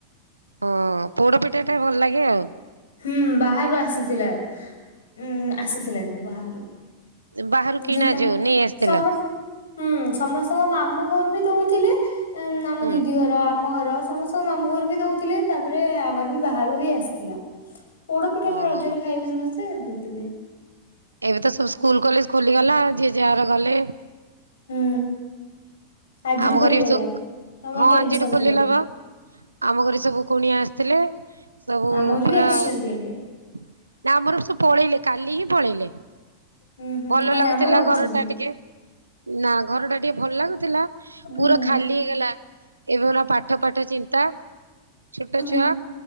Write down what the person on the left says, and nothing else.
ହୁଁ, ବାହାରୁ ଆସିଥିଲା। ଉଁ, ଆସିଥିଲା କିନ୍ତୁ ବାହାରୁ। <unintelligible>
ହୁଁ,
ସମସ୍ତଙ୍କ ମାମୁଁ ଘରକୁ ଦଉଥିଲେ ଆମ
ଦିଦି ଘର ଆମ ଘର ସମସ୍ତଙ୍କ ମାମୁଁ ଘର ବି ଦଉଥିଲେ, ତାପରେ ଆମର ବି ବାହାରୁ ବି ଆସିଥିଲା। ପୋଡ ପିଠା
ଟା ରଜରେ ଖାଇବି, ସମସ୍ତେ। <unintelligible>
ହୁଁ। ଆଜିଠୁ
ଖୋଲିଗଲା।
ତମର
ଟେନସନ
ପୁରା
ଆମ ଘରୁ
ବି ଆସିଛନ୍ତି
ଏବେ
ହୁଁ ହୁଁ
ନାଇଁ
ଆମର ଅଛନ୍ତି।
ହୁଁ
ହୁଁ,